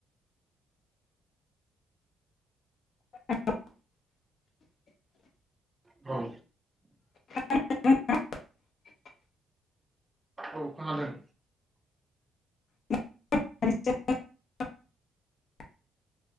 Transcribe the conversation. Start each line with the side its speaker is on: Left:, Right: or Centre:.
Left: <unintelligible>
Right: औ
Left: <unintelligible>
Right: औ खानादों।
Left: <unintelligible>